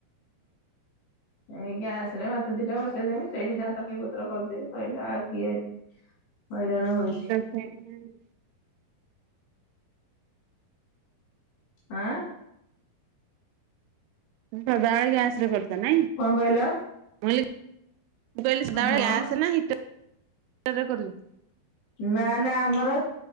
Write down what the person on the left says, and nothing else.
ଏଇ ଗ୍ୟାସରେ ଭାତ ଦିଇଟା ବସେଇଦେମି ସେଇଠି ଯାହା ତରକାରି ପତ୍ର କରିଦେବି। ସଇଲା ଆଉ କିଏ ଏତ୍ ହଇରାଣ ହୋଉଛି।
ଆଁ?
କଣ କହିଲ?
ହଁ।
ନା ନା ଆମର